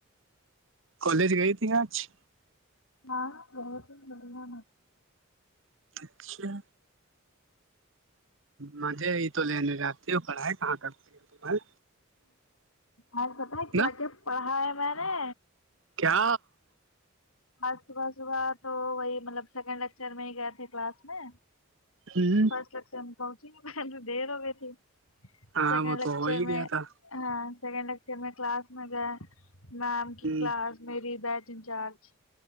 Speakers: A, on the right; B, on the left.
A: کالج گئی تھی آج
B: ہاں ب ما
A: اچھا مزے ہی تو لینے جاتی ہو پڑھائی کہاں کرتی ہے تمہیں
B: آج پت ہے کیا
A: نا
B: کیا پڑھا ہے میں نے
A: کیا
B: آج صبح صبح تو وہی مطلب سیکنڈ لیکچر میں ہی گئے تھے کلاس میں
A: ہوں
B: فر میں پہنچی دیر ہو گئی تھی
A: ہاں
B: سیکنڈچر
A: وہ تو ہو ہی گیا
B: میں
A: تھا
B: ہاں سیکنڈ ار میں کلاس میں گیا میم
A: ہ
B: کی کلاس میری بیچ انچارج